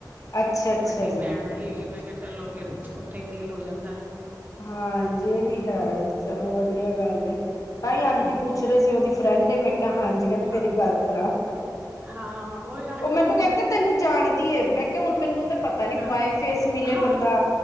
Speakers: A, on the left; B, on the right.
A: ਅੱਛਾ ਅੱਛਾ
B: ਵੱਡੀ
A: ਜੀ
B: ਭੈਣ ਆਈ। ਹੋਈ ਮੈਂ ਕਿਹਾ ਚਲੋ ਫਿਰ ਉੱਥੇ ਹੀ ਮੀਂਲ ਲੋ ਜਾਂਦਾ।
A: ਹਾਂਜੀ ਇਹ ਵੀ
B: ਹਾਂ
A: ਹੈ ਚਲੋ ਵਧੀਆ ਗੱਲ ਹੈ, ਤਾਂ ਹੀ ਆਂਟੀ
B: ਹਮ
A: ਪੁ। ਪੁਛ ਰਹੇ ਸੀ ਉਹਦੀ ਫਰੈਂਡ ਏ ਮੈਂ ਕਿਹਾ ਹਾਂਜੀ। ਕਹਿੰਦੇ
B: ਹਾਂ
A: ਮੇਰੀ ਗੱਲ ਕਰਾ
B: ਹਾਂ ਉਹਹੀ ਆਂਟੀ
A: ਉਹ ਮੈਨੂੰ
B: ਨਾਲ
A: ਕਹਿੰਦੇ ਤੈਨੂੰ ਜਾਣ। ਮੈਂ ਕਿਹਾ ਹੁਣ ਮੈਨੂੰ ਤਾਂ ਪਤਾ ਨੀ
B: ਹਾਂ
A: ਬਾਏ ਫੇਸ ਮਿਲੇ
B: ਹਾਂ
A: ਬੰਦਾ।